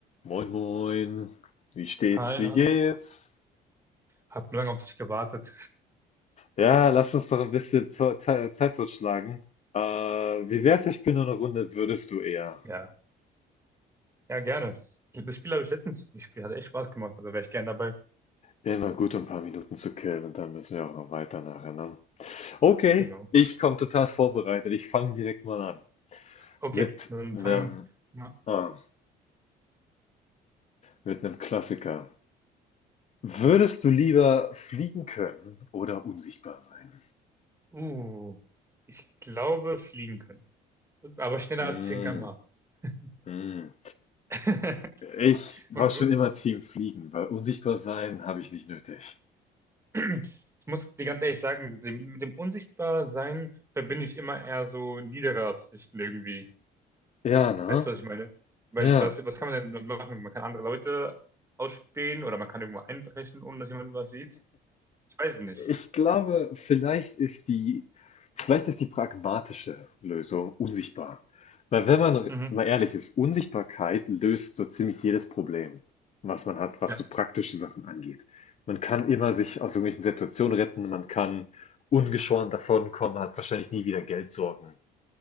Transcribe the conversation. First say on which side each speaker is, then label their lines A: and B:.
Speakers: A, on the left (about 40°); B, on the right (about 15°).
A: Moin, moin. Wie steht's?
B: Hi,
A: Wie
B: na,
A: geht's?
B: alles. Hab lange auf dich gewartet.
A: Ja, lass uns doch ein bisschen Zo- Te- Zeit totschlagen. Äh, wie wär's, ich bin nur eine Runde, würdest du eher?
B: Ja, ja, gerne. Das Spiel habe ich letztens gespielt, hat echt Spaß gemacht, also wäre ich gern dabei.
A: Immer gut, um ein paar Minuten zu killen und dann müssen wir auch noch weiter nachher, ne? Okay,
B: Genau.
A: ich komme total vorbereitet. Ich fange direkt mal an.
B: Okay,
A: Mit
B: dann
A: einem,
B: fangen wir mal.
A: ah, mit einem Klassiker. Würdest du lieber fliegen können oder unsichtbar sein?
B: Uh, ich glaube, fliegen können. Aber schneller
A: Mm,
B: als 10 km/h.
A: mm.
B: <laughs>
A: Ich war
B: Und
A: schon
B: du?
A: immer Team Fliegen, weil unsichtbar sein habe ich nicht nötig.
B: <clears throat> Ich muss dir ganz ehrlich sagen, mit dem, mit dem Unsichtbarsein verbinde ich immer eher so niedere Absichten irgendwie.
A: Ja, ne?
B: Weißt du, was ich meine? Weil
A: Ja.
B: was, was kann man denn machen? Man kann andere Leute ausspähen oder man kann irgendwo einbrechen, ohne dass jemand was sieht. Weiß nicht.
A: Ich glaube, vielleicht ist die vielleicht ist die pragmatische Lösung unsichtbar. Weil wenn man
B: Mhm.
A: mal ehrlich ist, Unsichtbarkeit löst so ziemlich jedes Problem, was man hat, was
B: Ja,
A: so praktische Sachen angeht. Man kann immer sich aus irgendwelchen Situationen retten, man kann ungeschoren davonkommen, man hat wahrscheinlich nie wieder Geldsorgen.